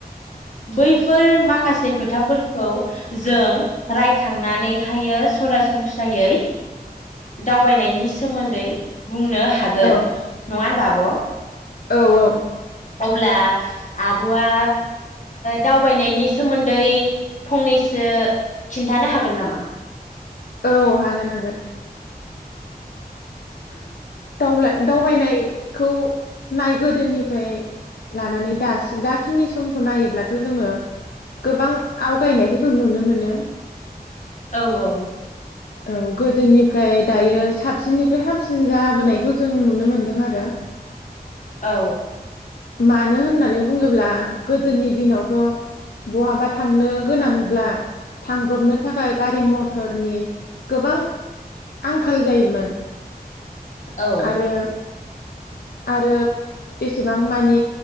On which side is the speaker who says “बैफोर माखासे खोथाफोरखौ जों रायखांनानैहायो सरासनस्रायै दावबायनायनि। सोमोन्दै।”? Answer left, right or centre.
Left